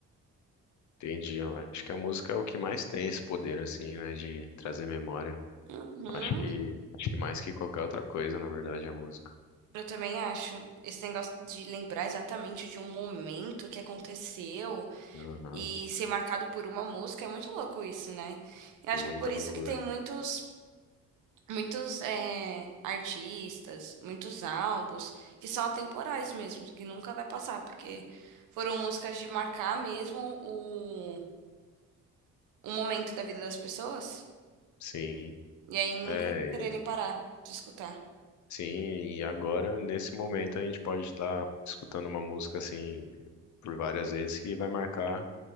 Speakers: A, on the left; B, on the right.
A: entendi. Eu Acho que a música é o que mais tem esse poder, assim, né? De trazer memória.
B: Uhum,
A: Acho que, acho que mais que qualquer outra coisa, na verdade, é a música.
B: eu também acho. Esse negócio de lembrar exatamente de um momento que aconteceu
A: Aham,
B: e ser marcado por uma música é muito louco isso, né? Eu acho
A: muita
B: que é por isso
A: loucura.
B: que tem muitos muitos eh, artistas, muitos álbuns que são atemporais mesmo, que nunca vai passar, porque foram músicas de marcar mesmo o, o momento da vida das pessoas
A: Sim.
B: e aí nunca
A: É,
B: quererem parar de escutar.
A: sim, e agora, nesse momento, a gente pode estar escutando uma música, assim, por várias vezes que vai marcar